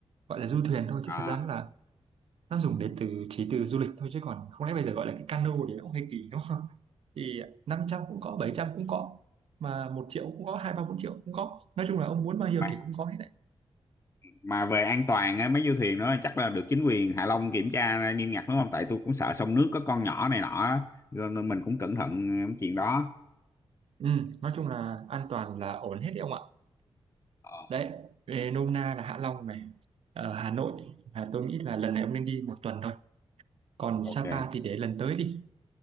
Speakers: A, on the right; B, on the left.
A: Gọi là du thuyền thôi chứ
B: à,
A: thật ra là nó dùng để từ chỉ từ du lịch thôi chứ còn không lẽ bây giờ gọi là cái cano thì nó cũng hơi kỳ đúng không? Thì 500 cũng có, 700 cũng có mà một triệu cũng có, hai ba bốn triệu cũng có. Nói chung là ông muốn bao nhiêu
B: mà
A: thì cũng có hết đấy.
B: mà về an toàn á, mấy du thuyền đó chắc là được chính quyền Hạ Long kiểm tra nghiêm ngặt đúng không tại tôi cũng sợ sông nước có con nhỏ này nọ á. Cho nên mình cũng cẩn thận cái chuyện đó
A: Ừm, nói chung là an toàn là ổn hết đấy ông ạ.
B: Ờ,
A: Đấy, về nôm na là Hạ Long này, ở Hà Nội là tôi nghĩ là lần này ông nên đi một tuần thôi. Còn
B: ok
A: Sapa
B: ừ,
A: thì để lần tới đi.